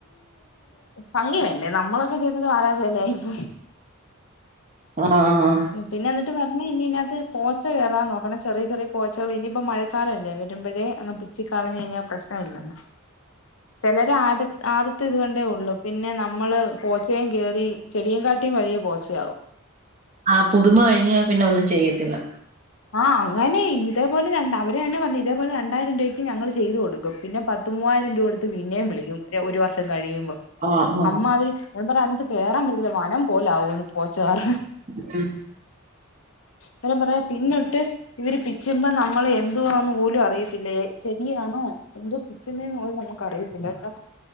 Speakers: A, on the left; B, on the right.
A: ഭംഗിവേണ്ടേ നമ്മളൊക്കെ ചെയ്ത് വാരാചല ആയിപ്പോ
B: ആഹ് ആഹ്
A: പിന്നെ എന്നിട്ട് പറഞ്ഞ ഇനി ഇതിനകത്ത് പോച്ച കയറാതെ നോക്കണം ചെറിയ ചെറിയ പോച്ചകൾ ഇനിയിപ്പോ മഴക്കാലല്ലേ വരുമ്പോഴേ അങ്ങ് പിച്ച കഴിഞ്ഞാൽ പ്രശ്ന ഇല്ലെന്ന് ചിലര് ആ ആദ്യത്തെ ഇതുകാണ്ടേ ഉള്ളൂ നമ്മള് പോച്ചയും കേറി ചെടിയും കാട്ടിലും വലിയ പോച്ചയാകും
B: ആ പുതുമ കഴിഞ്ഞ് പിന്നെ ഒന്നും ചെയ്യത്തില്ല
A: ആഹ് അങ്ങനെ ഇതേപോലെ രണ്ട് അവര്ങ്ങനെ പറഞ്ഞു ഇതേപോലെ ആയിരം <unintelligible> ഞങ്ങള് ചെയ്ത് കൊടുക്കും പിന്നെ പത്ത് മൂവായിരം രൂപ കൊടുത്തു പിന്നേം വിളിക്കും ഒരു വർഷം കഴിയുമ്പോ
B: ആഹ് ആഹ്
A: അമ്മാതിരി ഞാൻ പറ അങ്ങോട്ട് കേയറൻ പറ്റത്തില്ല വനം പോലെ ആകൂന്ന് കോച്ചാർ
B: മ്മ്
A: <unintelligible> <unintelligible> പിന്നോട്ട് ഇവര് പിച്ചുനന നമ്മൾ എന്ത്വ്വാന്ന് പോലും അറിയത്തില്ല ചെടിയാണോ എന്തോ പിച്ചുന്നേ പോലും നമുക്ക് അറിയത്തില്ലട്ടോ